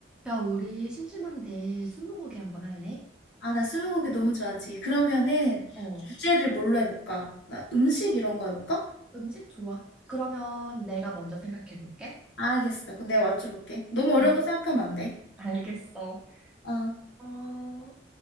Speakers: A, in the centre; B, on the left.
A: 야, 우리 심심한데 스무고개 한번 할래?
B: 아, 나 스무고개 너무 좋아하지. 그러면은
A: 어,
B: 주제를 뭘로 해볼까? 나 음식 이런 거 해볼까?
A: 음식 좋아. 그러면 내가 먼저 생각해 볼게.
B: 알겠어. 그럼 내가 맞춰볼게. 너무
A: 응.
B: 어려운 거 생각하면 안 돼.
A: 알겠어.
B: 어,
A: 어,